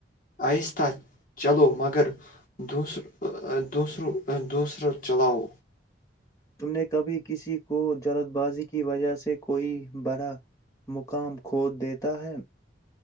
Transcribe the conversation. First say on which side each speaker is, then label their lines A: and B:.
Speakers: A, on the left; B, on the left.
A: آہستہ چلو مگر دور دوسرو دوسروں چلاؤ
B: تم نے کبھی کسی کو جلد بازی کی وجہ سے کوئی بڑا مقام کھود دیتا ہے